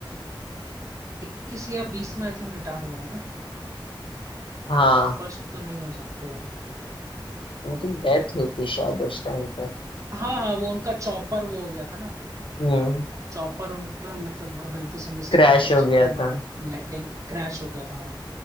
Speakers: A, on the right; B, on the left.
A: 2021 या 20 में आई थिंक रिटायर हुआ है ना
B: हाँ
A: तो फर्स्ट तो नहीं हो सकते वो
B: उनकी डेथ हुई थी शायद उस टाइम पे
A: हाँ हाँ वो उनका चॉपर वो हो गया था ना
B: हम्म
A: चॉपर उनका मतलब गलती से मिसमैच
B: क्रैश हो गया
A: मतलब
B: था
A: लैंडिंग क्रैश हो गया था हाँ